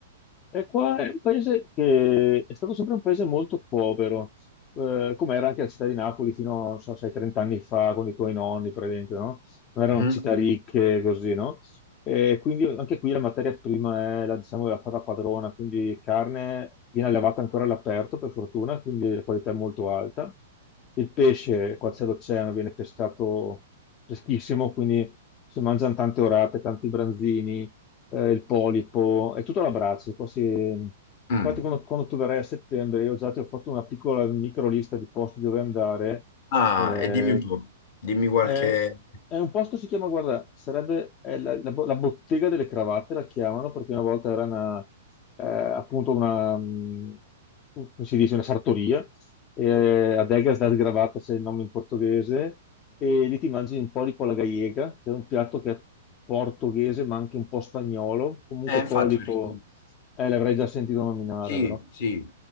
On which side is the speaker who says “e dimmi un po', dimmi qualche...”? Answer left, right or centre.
Left